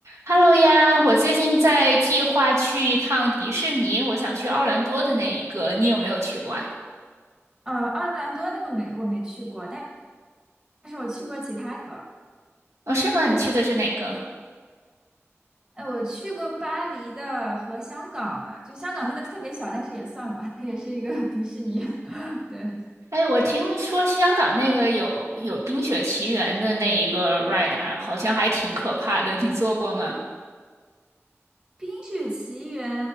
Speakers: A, on the right (about 85°); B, on the right (about 15°).
A: Hello 呀，我最近在计划去一趟迪士尼，我想去奥兰多的那一个，你有没有去过啊？
B: 呃，奥兰多那个没我没去过，但但是我去过其他个。
A: 哦，是吗？你去的是哪个？
B: 哎，我去过巴黎的和香港的，就香港那个特别小，但是也算吧，它也是一个 <laughs> 迪士尼。<laughs> 对，
A: 哎，我听说香港那个有有《冰雪奇缘》的那一个 ride，还好像还挺可怕的，你坐过吗？
B: 《冰雪奇缘》